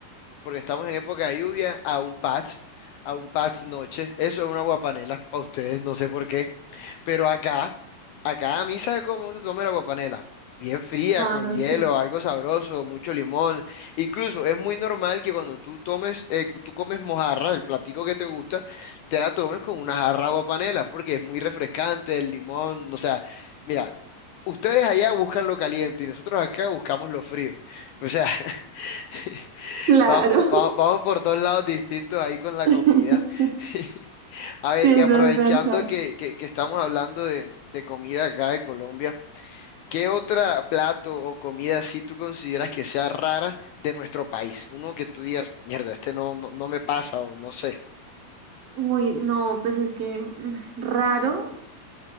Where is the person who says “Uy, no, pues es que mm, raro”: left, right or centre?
Right